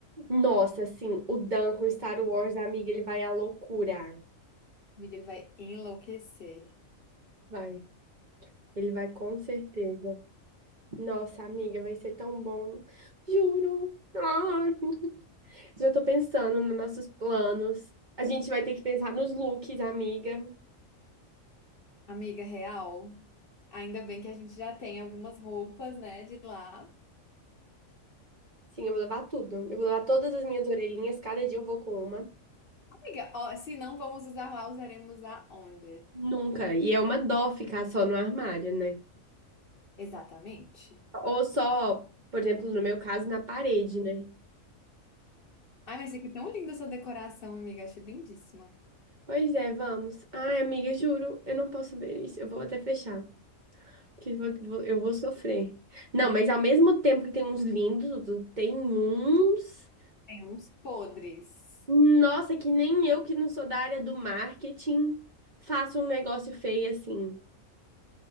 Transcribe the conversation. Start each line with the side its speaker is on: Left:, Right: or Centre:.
Right: Nossa, assim, o Dan com Star Wars, amiga, ele vai à loucura.
Left: Amiga, ele vai enlouquecer.
Right: Vai. Ele vai com certeza. Nossa, amiga, vai ser tão bom. Juro. Ai, já tô pensando nos nossos planos. A gente vai ter que pensar nos looks, amiga.
Left: Amiga, real, ainda bem que a gente já tem algumas roupas, né, de lá.
Right: Sim, eu vou levar tudo. Eu vou levar todas as minhas orelhinhas, cada dia eu vou com uma.
Left: Amiga, ó, se não vamos usar lá, usaremos aonde?
Right: Nunca. E é uma dó ficar só no armário, né?
Left: Exatamente.
Right: Ou só, por exemplo, no meu caso, na parede, né?
Left: Ai, mas fica tão linda essa decoração, amiga. Acho lindíssima.
Right: Pois é, vamos. Ai, amiga, juro, eu não posso ver isso. Eu vou até fechar, que eu vou, vou- eu vou sofrer. Não, mas ao mesmo tempo que tem uns lindos, outros- tem uns.
Left: Tem uns podres,
Right: Nossa, que nem eu que não sou da área do marketing faço um negócio feio assim.